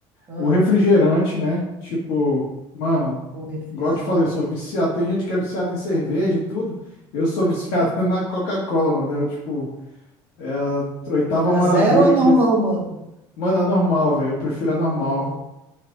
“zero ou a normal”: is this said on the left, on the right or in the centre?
Right